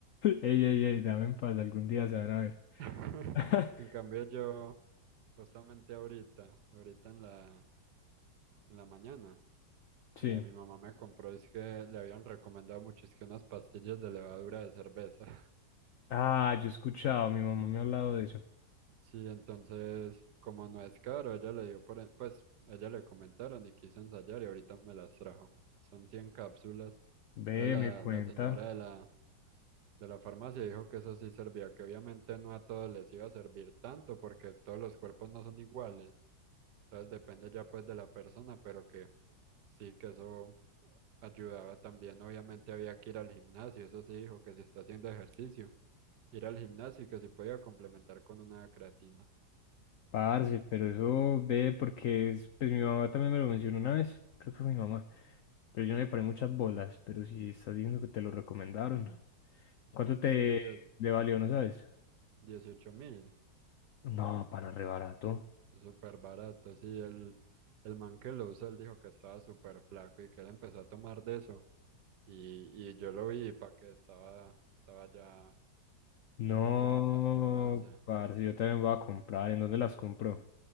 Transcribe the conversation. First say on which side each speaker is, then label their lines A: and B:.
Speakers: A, on the left; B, on the right.
A: Ey, ey, ey, dame en paz, algún día se van a ver.
B: <laughs>
A: <laughs>
B: En cambio yo, justamente ahorita, ahorita en la, en la mañana,
A: Sí.
B: eh, mi mamá me compró, es que le habían recomendado mucho, es que unas pastillas de levadura de cerveza. <laughs>
A: Ah, yo he escuchado, mi mamá me ha hablado de eso.
B: Sí, entonces, como no es caro, ella le dio por, e- pues, a ella le comentaron y quiso ensayar y ahorita me las trajo. Son 100 cápsulas.
A: Ve,
B: Entonces la,
A: me cuenta,
B: la señora de la, de la farmacia dijo que eso sí servía, que obviamente no a todos les iba a servir tanto porque todos los cuerpos no son iguales Entonces depende ya pues de la persona, pero que sí que eso ayudaba también. Obviamente había que ir al gimnasio, eso sí dijo que si está haciendo ejercicio, ir al gimnasio y que si podía complementar con una creatina.
A: parce, pero eso ve porque es, pues mi mamá también me lo mencionó una vez, creo que fue mi mamá. Pero yo no le paré muchas bolas, pero si estás diciendo que te lo recomendaron. ¿Cuánto te
B: Sí, es
A: le valió, no sabes?
B: dieciocho mil,
A: No, para re barato.
B: súper barato. Sí, el, el man que lo usa, él dijo que estaba súper flaco y que él empezó a tomar de eso. Y, y yo lo vi para que estaba, estaba ya,
A: No,
B: ya tenía bastante masa
A: parce, yo también voy a comprar. ¿En dónde las compro?